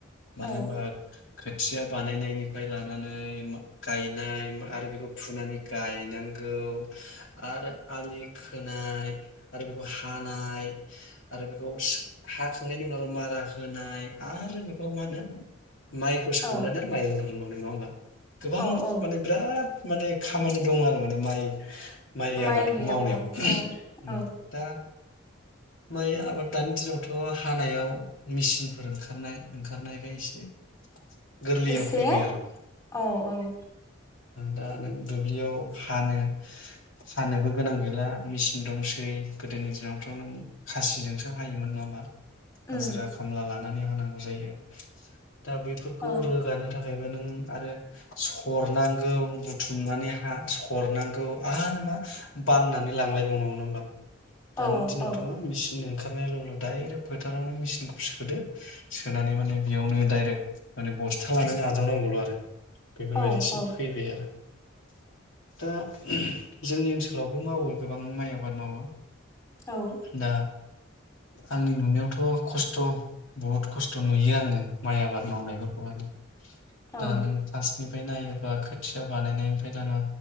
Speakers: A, on the left; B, on the left.
A: मानो
B: औ
A: होनबा खोथिया बानायनायनि फ्राय लानानै गायनाय आरो बेखौ फुनानै गायनांगौ आरो आलि खोनाय आरो बेखौ हानाय आरो बेखौ सो हाख <unintelligible> मारा होनाय आरो बे खमानो माइखौ सौनानै
B: औ
A: आरो माइरं द <unintelligible> नङा होमबा? गोबां
B: औ औ
A: माने बिराद माने खामानि दं आरो माने माइ माइ
B: माइनि
A: आबादखौ मावनायाव
B: अ अ
A: उम
B: औ
A: दा माइ आबाद दानि दिनावथ' हानायाव मेचिनफोर ओंखारनाय ओंखारनायखाय एसे गोरलैयाव
B: से
A: फैबाय आरो
B: औ औ।
A: दा नों दुब्लियाव हानो हानोबो गोनां गैला मेचिन दंसै गोदोनि दिनावथ नों खासिजोंसो हायोमोन नङा होमबा? हाजिरा
B: उम
A: खामला लानो। नानै होनांगौ जायो। दा बेफोरखौ
B: औ
A: रोगानो ओमफ्रायबो नों आरो सरनांगौ बुथुमनानै हा सरनांगौ आरो मा बाननानै लांलायबावनांगौ नङा होमबा। दानि
B: औ
A: दिनावथ
B: औ
A: मा मिसिन ओंखारनायल उनाव डायरेक्ट फोथारावनो मिसिन सोदो सोनानै माने बेयावनो डायरेक्ट माने बस्था आजावनांगौल आरो बेफोरबायदिसिम
B: औ औ
A: फैबाय आरो दा जोंनि ओनसोलावबो मावो गोबां माइ आबाद मावो।
B: औ
A: दा आंनि नुनायावथ खस्थ बुहुद खस्थ नुयो आङो माइ आबाद मावनायफोरखौ हाय।
B: औ
A: दा नों फासनिफ बै नायोबा खोथिया बानायनायनिफ्राय लाना